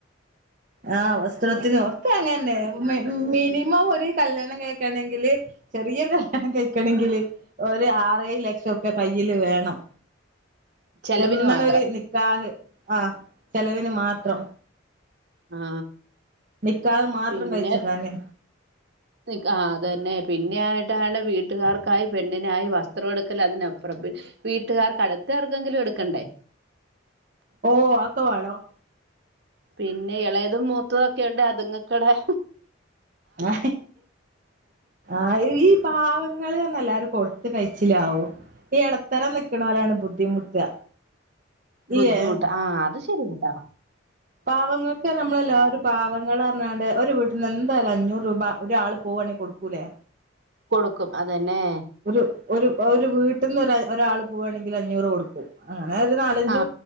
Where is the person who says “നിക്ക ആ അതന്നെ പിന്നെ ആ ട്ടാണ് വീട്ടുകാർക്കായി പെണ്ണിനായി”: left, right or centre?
Right